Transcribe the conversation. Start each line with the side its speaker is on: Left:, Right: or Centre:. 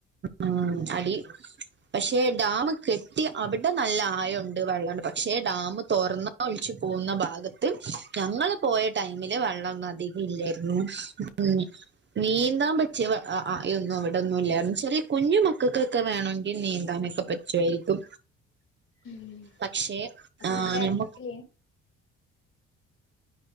Right: ആഹ്. അടി പക്ഷേ ഡാമ് കെട്ടി അവിടെ നല്ല ആയോണ്ട്. വെള്ളണ്ട്. പക്ഷേ ഡാം തൊറന്ന ഒല്ച്ച് പോകുന്ന ഭാഗത്ത് ഞങ്ങള് പോയ ടൈമില് വെള്ളം ഒന്നും അധികം ഇല്ലയിരുന്നു ഉം നീന്താൻ പ ച്ച് ആഹ് ആഹ് യൊന്നും അവിടോന്നും ഇല്ലായിരുന്നു. ചെറ്യാ കുഞ്ഞു മക്കൾക്കൊക്കെ വേണമെങ്കിൽ നീന്താനൊക്കെ പറ്റുവായിരിക്കും.
Left: ഉം
Right: പക്ഷെ
Left: അപ്പൊ
Right: ആ
Left: നിങ്ങളെ
Right: ഞമ്മ
Left: ഇറക്കില്ലേ